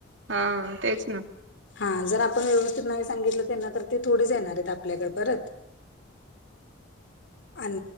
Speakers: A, on the right (about 65°); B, on the left (about 65°).
A: हा तेच ना.
B: हा जर आपण व्यवस्थित नाही सांगितलं, त्यांना तर ते थोडेच येणार आहेत आपल्याकडे परत. अन!